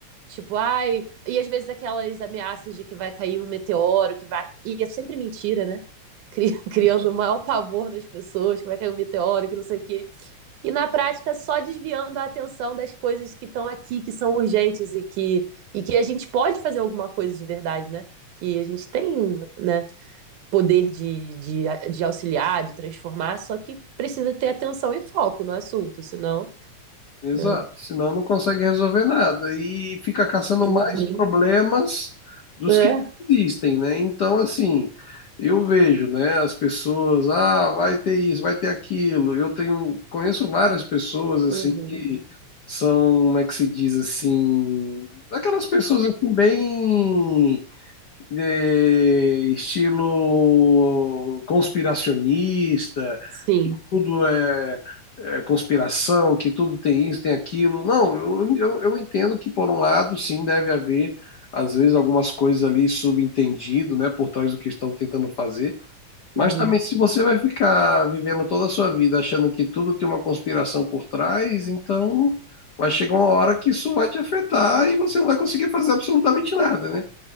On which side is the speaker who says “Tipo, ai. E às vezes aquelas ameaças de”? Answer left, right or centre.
Right